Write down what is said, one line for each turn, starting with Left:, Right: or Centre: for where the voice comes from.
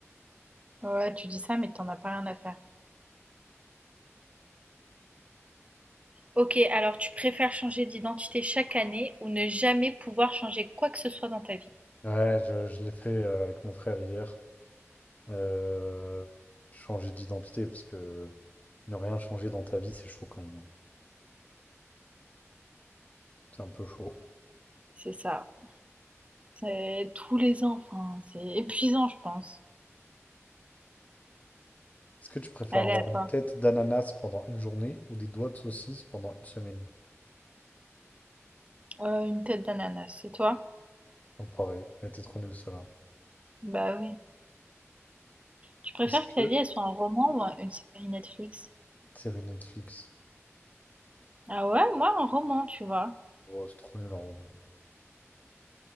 Right: Ouais, tu dis ça, mais t'en as pas rien à faire. Ok, alors tu préfères changer d'identité chaque année ou ne jamais pouvoir changer quoi que ce soit dans ta vie?
Left: Ouais, je, je l'ai fait euh, avec mon frère hier. Euh, changer d'identité, parce que ne rien changer dans ta vie, c'est chaud quand même. hein. C'est un peu chaud.
Right: C'est ça. C'est tous les ans, enfin, c'est épuisant, je pense.
Left: Est-ce que tu préfères
Right: Allez,
Left: avoir
Right: à toi.
Left: une tête d'ananas pendant une journée ou des doigts de saucisse pendant une semaine?
Right: Euh, une tête d'ananas, c'est toi?
Left: Oh, pareil, elle était trop nulle, celle-là.
Right: Bah oui. Tu préfères
Left: Est-ce que...
Right: que ta vie elle soit un roman ou un- une série Netflix?
Left: Série Netflix.
Right: Ah ouais, moi un roman, tu vois.
Left: Oh, c'est trop nul, en roman.